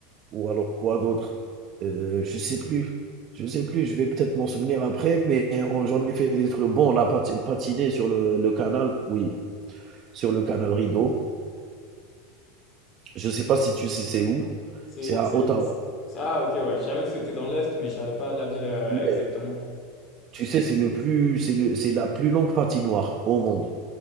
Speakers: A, on the right (about 40°); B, on the left (about 35°).
A: ou alors quoi d'autre? Euh, je sais plus, je sais plus, je vais peut-être m'en souvenir après, mais on- j'en ai fait des trucs. Bon, on a pati- patiné sur le, le canal, oui, sur le canal Rideau. Je sais pas si tu sais c'est où,
B: C'est,
A: c'est à
B: c'est...
A: Ottawa.
B: ça, ah, ok, ouais. Je savais que c'était dans l'Est, mais je savais pas la ville euh,
A: Ouais,
B: exactement.
A: Tu sais, c'est le plus, c'est le, c'est la plus longue patinoire au monde.